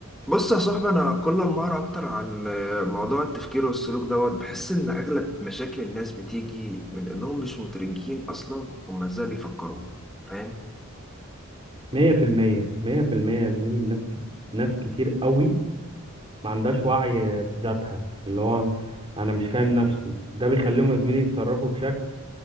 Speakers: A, in the centre; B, on the right.
A: بص يا صاحبي انا كل ما اقرا اكتر عن موضوع التفكير والسلوك دوت بحس ان اغلب مشاكل الناس بتيجي من انهم مش مدركين اصلا هما ازاي بيفكروا فاهم
B: مية في المية مية في المية يا زميلي الناس كت... ناس كتير قوي ما عندهاش وعي بذاتها اللي هو أنا مش فاهم نفسي ده بيخليهم يا زميلي يتصرفوا بشكل